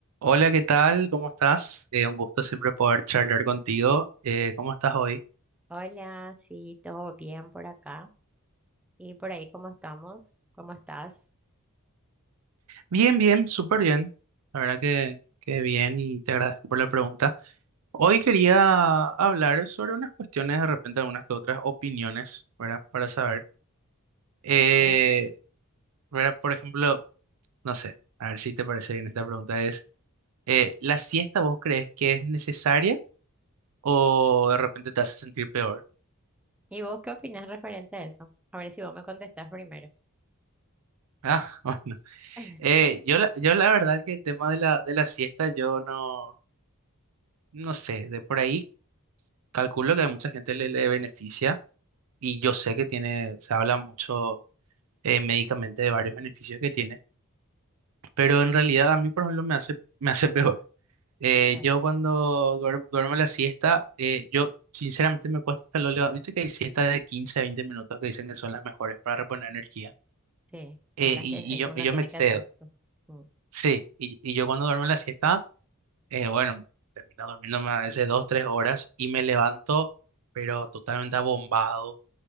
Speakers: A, on the right (about 80°); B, in the centre.
A: Hola, ¿qué tal? ¿Cómo estás? Eh, un gusto siempre poder charlar contigo. Eh, ¿cómo estás hoy?
B: Hola, sí, todo bien por acá. ¿Y por ahí cómo estamos? ¿Cómo estás?
A: Bien, bien, súper bien. La verdad que, que bien y te agradezco por la pregunta. Hoy quería hablar sobre unas cuestiones, de repente algunas que otras opiniones, ¿verdad? Para saber. Eh,
B: ¿Sí?
A: ¿verdad? Por ejemplo, no sé, a ver si te parece bien esta pregunta es, eh, ¿la siesta vos crees que es necesaria o de repente te hace sentir peor?
B: ¿Y vos qué opinas referente a eso? A ver si vos me contestás primero.
A: Ah, <laughs> bueno.
B: <laughs>
A: Eh, yo, la, yo la verdad que el tema de la, de la siesta, yo no, no sé, de por ahí calculo que a mucha gente le, le beneficia y yo sé que tiene, se habla mucho eh, médicamente de varios beneficios que tiene, pero en realidad a mí, por ejemplo, me hace, me hace <laughs> peor. Eh,
B: Ya
A: yo
B: sé.
A: cuando duermo, duermo la siesta, eh, yo sinceramente me cuesta, lo leva- viste que hay siestas de 15 a 20 minutos que dicen que son las mejores para reponer energía,
B: Sí, son
A: Eh,
B: las
A: y,
B: que eh,
A: y yo,
B: uno
A: y yo
B: tiene
A: me excedo,
B: que hacer. su- mm,
A: sí, y, y yo cuando duermo la siesta Eh, bueno, termino durmiendo a veces dos, tres horas y me levanto, pero totalmente abombado,